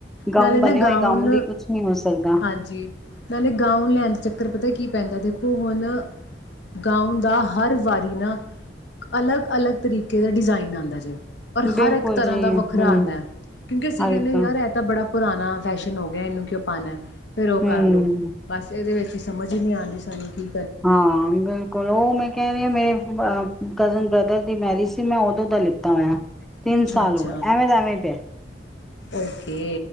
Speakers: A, in the centre; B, on the left.
A: ਗਾਊਨ
B: ਨਾਲੇ ਨਾ
A: ਬਣੇ ਹੋਏ
B: ਗਾਊਨ
A: ਦੀ ਕੁਛ ਨੀ ਹੋ ਸਕਦਾ
B: ਹਾਂਜੀ ਨਾਲੇ ਗਾਊਨ ਲੈਨ ਦੇ ਚੱਕਰ ਪਤਾ ਕੀ ਪੈਂਦਾ ਦੇਖੋ ਹੁਨ ਗਾਊਨ ਦਾ ਹਰ ਵਾਰੀ ਨਾ ਅਲੱਗ-ਅਲੱਗ ਤਰੀਕੇ ਦਾ ਡਿਜ਼ਾਇਨ ਆਂਦਾ ਜੇ। ਔਰ
A: ਬਿਲਕੁਲ
B: ਹਰ ਇੱਕ ਤਰ੍ਹਾਂ
A: ਜੀ
B: ਦਾ
A: ਹਮ
B: ਵੱਖਰਾ ਆਂਦਾ ਐ। ਕਿਉਂਕਿ ਅਸੀਂ
A: ਹਰ
B: ਕਹਿੰਦੇ
A: ਇੱਕ
B: ਯਾਰ ਇਹ ਤਾਂ ਬੜਾ ਪੁਰਾਨਾ ਫੈਸ਼ਨ ਹੋ ਗਿਆ, ਇਹਨੂੰ ਕਿਉਂ ਪਾਨਾ ਐ? ਫਿਰ ਉਹ ਕਰ
A: ਹਮ
B: ਲਓ, ਬਸ ਇਹਦੇ ਵਿੱਚ ਸਮਝ ਹੀ ਨਹੀਂ ਆਂਦੀ ਸਾਨੂੰ ਕਿ
A: ਹਾਂ, ਬਿਲਕੁਲ ਉਹ ਮੈਂ ਕਹਿ ਰਹੀ ਆ ਮੇਰੇ ਅ ਕਜ਼ਨ ਬ੍ਰਦਰ ਦੀ ਮੈਰੀਜ਼ ਸੀ ਮੈਂ ਉਦੋਂ ਦਾ ਲਿਤਾ ਹੋਇਆ। ਤਿੰਨ
B: ਅੱਛਾ-ਅੱਛਾ
A: ਸਾਲ ਹੋ ਗਏ ਐਵੇਂ ਦਾ ਐਵੇਂ ਪਿਆ।
B: ਓਕੇ।